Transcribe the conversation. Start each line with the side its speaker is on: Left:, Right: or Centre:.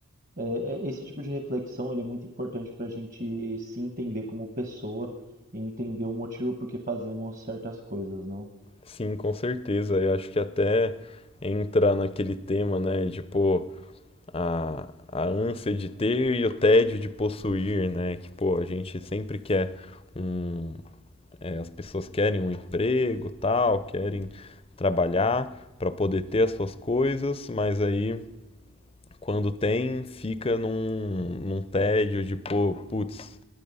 Right: É, é- esse tipo de reflexão ele é muito importante para a gente se entender como pessoa e entender o motivo por que fazemos certas coisas, não?
Left: sim, com certeza. Eu acho que até entra naquele tema, né, de pô, a, a ânsia de ter e o tédio de possuir, né, que pô, a gente sempre quer um, é, as pessoas querem um emprego, tal, querem trabalhar para poder ter as suas coisas, mas aí Quando tem, fica num, num tédio de, pô, putz,